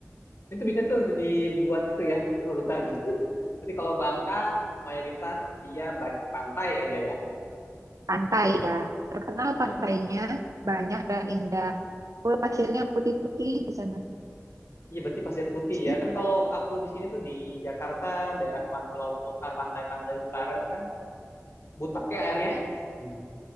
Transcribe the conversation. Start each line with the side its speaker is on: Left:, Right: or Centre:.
Left: Itu bisa tuh dibuat itu ya urutan. Nanti kalau Bangka, mayoritas dia banyak pantai aja ya.
Right: Pantai ya, terkenal
Left: Pantai.
Right: pantainya banyak
Left: Pantai.
Right: dan indah. Oh, pasirnya putih-putih di sana
Left: Iya, berarti Pasir Putih
Right: bersih,
Left: ya. Kan kalau aku di sini tuh di Jakarta, daerah pan- pulau- pul- ah, pantai-pantai utara itu kan butek ya airnya. <laughs>